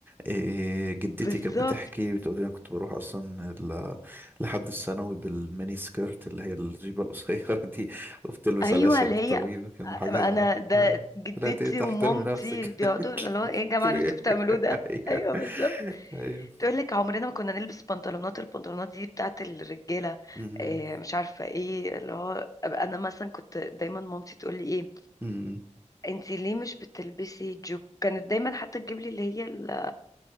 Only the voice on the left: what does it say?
بالظبط
ايوه
اللي هي
انا ده
جدتي
ومامتي
بيقعدوا اللي هو ايه يا
جماعه اللي انتوا بتعملوه ده
ايوه بالظبط
تقول لك عمرنا ما كنا نلبس بنطلونات البنطلونات دي بتاعت الرجاله
إيه مش عارفه ايه اللي هو انا مثلا كنت دايما مامتي تقول لي ايه
انتي ليه مش بتلبسي جوب كانت دايما حتى تجيب لي اللي هي ال-